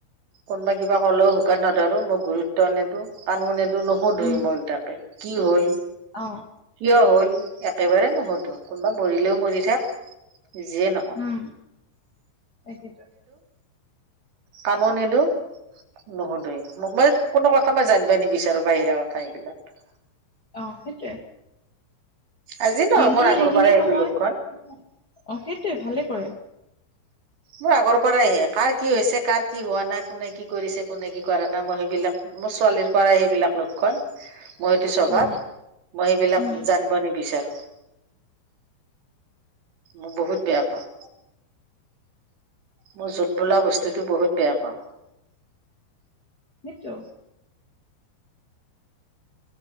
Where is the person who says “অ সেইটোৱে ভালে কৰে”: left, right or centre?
Left